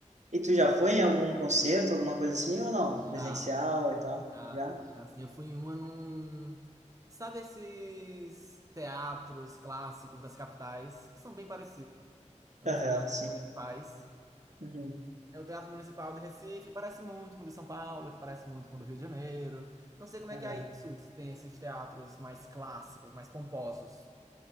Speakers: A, on the right; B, on the right.
A: E tu já foi em algum concerto, alguma coisa assim, ou não? Presencial
B: Já.
A: e tal?
B: Já,
A: Já?
B: já assim, eu fui em uma num. Sabe esses teatros clássicos das capitais, que são bem parecidos, né?
A: Aham,
B: os teatros
A: sim.
B: municipais?
A: Uhum,
B: É o Teatro Municipal de Recife, parece muito com o de São Paulo, que parece muito com o do Rio de Janeiro. Não sei como é
A: aham.
B: que é aí no Sul, se tem esses teatros mais clássicos, mais pomposos.